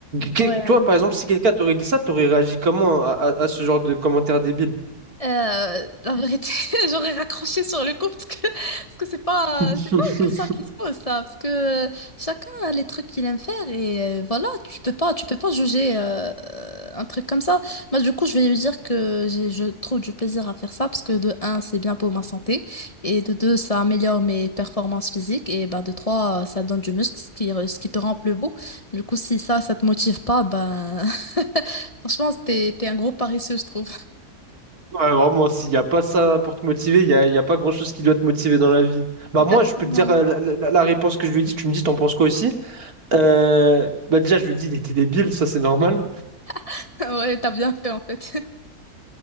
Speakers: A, on the right; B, on the left.
A: Que-
B: Ouais.
A: Toi, par exemple, si quelqu'un t'aurait dit ça, t'aurais réagi comment à, à- à ce genre de commentaire débile?
B: Euh, la vérité, <laughs> j'aurais raccroché sur le coup parce que parce que c'est pas
A: <laughs>
B: c'est pas une question qui se pose ça parce que euh, chacun a les trucs qu'il aime faire et euh, voilà tu peux pas tu peux pas juger euh, euh, un truc comme ça. Moi du coup je vais lui dire que j'ai je trouve du plaisir à faire ça parce que de un c'est bien pour ma santé et de deux ça améliore mes performances physiques et bah de trois ça donne du muscle ce qui re- ce qui te rend plus beau. Du coup si ça ça te motive pas ben <laughs> franchement t'es t'es un gros paresseux je trouve.
A: Ouais, vraiment, s'il n'y a pas ça pour te motiver, il n'y a, il y a pas grand-chose qui doit te motiver dans la vie. Bah
B: Exactement.
A: moi, je peux te dire euh, la, la- la réponse que je lui ai dit, tu me dis, t'en penses quoi aussi? Euh, bah déjà, je lui ai dit, il était débile, ça c'est normal.
B: <laughs> Ouais, t'as bien fait en fait. <laughs>